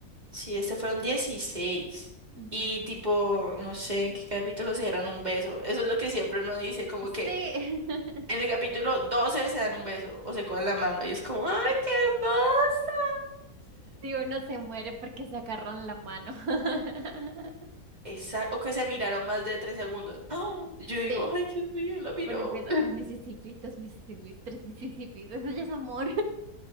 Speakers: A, on the right; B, on the right.
A: sí, este fueron dieciséis
B: Ujú.
A: Y tipo, no sé en qué capítulo se dieron un beso. Eso es lo que siempre uno dice, como que
B: Sí. <laughs>
A: En el capítulo 12 se dan un beso o se cogen la mano y es como, ¡ay,
B: Sí,
A: qué hermosa!
B: sí, uno se muere porque se agarran la mano. <laughs>
A: <laughs> Exacto, o que se miraron más de tres segundos. <gasps> ¡Ah! Yo digo,
B: Sí,
A: ¡ay, Dios mío, la miró!
B: uno empieza, un Mississippi, dos Mississippis, tres Mississippis, eso ya es amor.